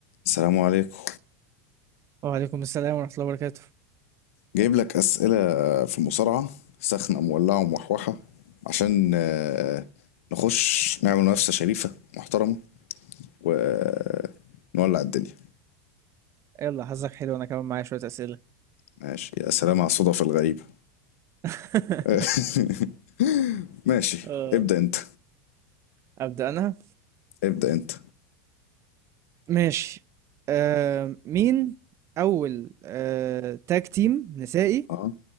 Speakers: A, on the left (about 65°); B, on the right (about 35°).
A: السلام عليكم
B: وعليكم السلام ورحمة الله وبركاته
A: جايب لك أسئلة في المصارعة سخنة مولعة ومحوحة عشان آه، نخش نعمل منافسة شريفة محترمة ونولع الدنيا
B: يلا حظك حلو انا كمان معايا شوية أسئلة
A: ماشي يا سلام على الصدف الغريبة
B: <laughs>
A: <laughs> ماشي
B: آه،
A: ابدأ انت
B: أبدأ انا
A: ابدأ انت
B: ماشي آه، مين اول آه، تاج تيم نسائي
A: اه